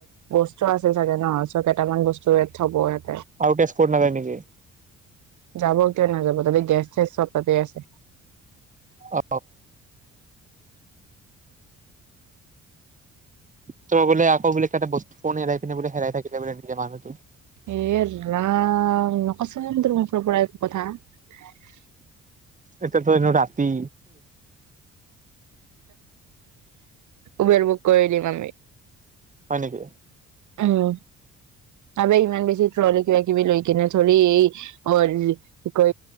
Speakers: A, on the right (about 75°); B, on the right (about 25°).
A: বস্তু আছে চাগে নহ। কেইটামান বস্তুৰেয়ই থ'ব ইয়াত।
B: আৰু তেজপুৰ নাযায় নেকি।
A: যাব কিয় নাযাব তাতে গেছ চেছ চব তাতে আছে।
B: অ তই বোলে আকৌ বোলে কিবা এটা বস্তু খন হেৰাই পিনে বোলে হেৰাই থাকিলে বোলে নিজে মানুহটো।
A: এ ৰাম নকয ছে তাৰ মুখৰ পৰা কথা পৰা এক কথা
B: এতিয়াতো ৰাতি
A: উবেৰ বুক কৰি দিম আমি
B: হয় নেকি
A: উ তব ইমান বেছি ট্ৰলী কিবা কিবি লৈ কিনে ধৰি এই কি ক